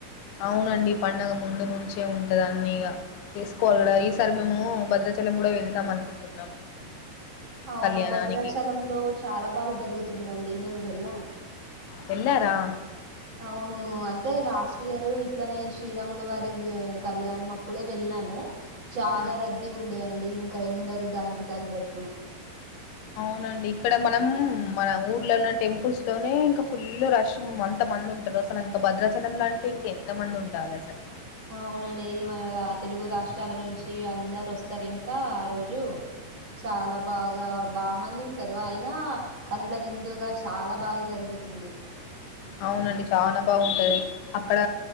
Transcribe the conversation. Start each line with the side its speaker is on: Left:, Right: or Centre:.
Left: అవునండి పండగ ముందు నుంచే ఉంటది అన్ని ఇగ చేసుకోవాలి కద ఈ సర్ సారీ మాత్రము భద్రాచలం కూడా వెళ్దాం అనుకుంటున్నాం
Right: అవునా
Left: కళ్యాణానికి.
Right: భద్రాచల లో చాలా బాగా జరుగుతుందండి నేను వెళ్ళాను
Left: వెళ్లారా
Right: అవును అంటే లాస్ట్ ఇయరు ఇట్లనే శ్రీరాములు వారి కళ్యాణం అప్పుడే వెళ్ళాము చాలా
Left: ఆ!
Right: రద్దీ ఉండే అండి ఇంకా ఎండలు దానికి తగ్గట్టు
Left: అవునండి ఇక్కడ మనం మన ఊర్లో ఉన్న టెంపుల్స్ లోనే ఇంకా ఫుల్ రష్ అంత మంది ఉంటారు అసలు ఇంకా భద్రచలం అంటే ఇంక ఎంత మంది ఉండాలి అసలు
Right: అవునండి మన తెలుగు రాష్ట్రాల నుంచి అందరు వస్తారు ఇంకా ఆ రోజు చాలా బాగా బా మంది ఉంటారు అయిన కనుల విందుగా ఆ చాలా బాగా జరుగుతుంది ంది
Left: అవునండి చాలా బాగుంటది అక్కడ